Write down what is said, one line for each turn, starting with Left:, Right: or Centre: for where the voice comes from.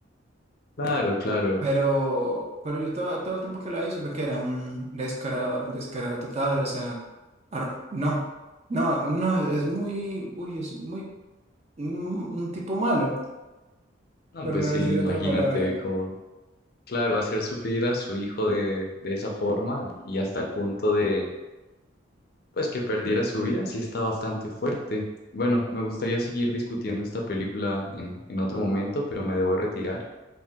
Left: Claro, claro.
Right: Pero, pero yo todo, todo el tiempo que lo ahí supe que era un descarado, descarado total, o sea, ahora- no, no, no, es muy, uy, es muy, un, un tipo malo,
Left: No,
Right: por
Left: pues
Right: no
Left: sí,
Right: decir
Left: imagínate
Right: otra palabra.
Left: cómo. Claro, hacer sufrir a su hijo de, de esa forma y hasta el punto de, pues, que perdiera su vida, sí está bastante fuerte. Bueno, me gustaría seguir discutiendo esta película en, en otro momento, pero me debo retirar.